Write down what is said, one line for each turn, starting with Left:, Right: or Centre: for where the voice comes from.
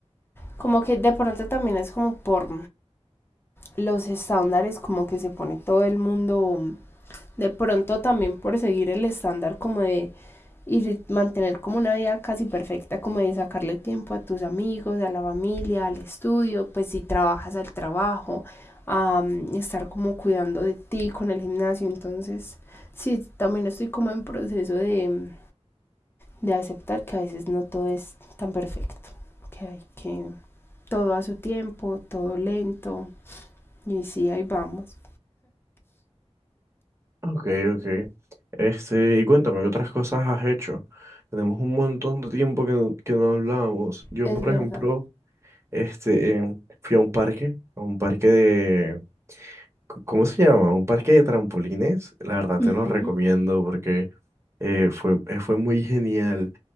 Left: como que de pronto también es como por los estándares, como que se pone todo el mundo De pronto también por seguir el estándar como de y mantener como una vida casi perfecta, como de sacarle tiempo a tus amigos, a la familia, al estudio, pues si trabajas al trabajo, a mm, estar como cuidando de ti con el gimnasio. Entonces, sí, también estoy como en proceso de, mm, de aceptar que a veces no todo es tan perfecto, que hay que todo a su tiempo, todo lento, y sí, ahí vamos.
Right: Ok, ok. Este, y cuéntame, ¿qué otras cosas has hecho? Tenemos un montón de tiempo que, no- que no hablábamos. Yo,
Left: Es
Right: por
Left: verdad.
Right: ejemplo, este, em, fui a un parque, a un parque de, c- ¿cómo se llama? Un parque de trampolines. La verdad te
Left: Ujú,
Right: lo recomiendo porque eh, fue, eh, fue muy genial.